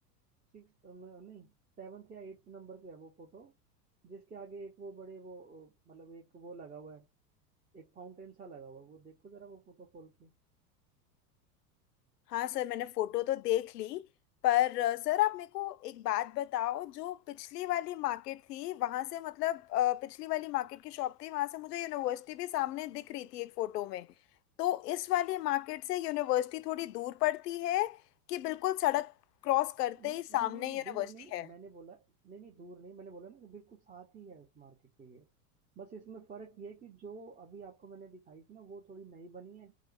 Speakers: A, on the right (about 15°); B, on the left (about 75°).
A: सिक्स नहीं सेवन्थ या एट्थ नंबर पे है वो फोटो जिसके आगे एक वो बड़े वो अ, मतलब एक वो लगा हुआ है एक फाउंटेन सा लगा हुआ है वो देखो जरा वो फोटो खोल के
B: हाँ सर मैंने फोटो तो देख ली पर अ, सर आप मेरे को एक बात बताओ जो पिछली वाली मार्केट थी वहां से मतलब अ, पिछली वाली मार्केट की शॉप थी वहां से मुझे यूनिवर्सिटी भी सामने दिख रही थी एक फोटो में तो इस वाली मार्केट से यूनिवर्सिटी थोड़ी दूर पड़ती है कि बिल्कुल सड़क क्रॉस करते
A: नहीं
B: ही सामने
A: नहीं नहीं नहीं
B: यूनिवर्सिटी
A: दूर नहीं
B: है
A: मैंने बोला नहीं नहीं दूर नहीं मैंने बोला ना कि बिल्कुल साथ ही है उस मार्केट के ये बस इसमें फर्क ये है कि जो अभी आपको मैंने दिखाई थी ना वो थोड़ी नई बनी है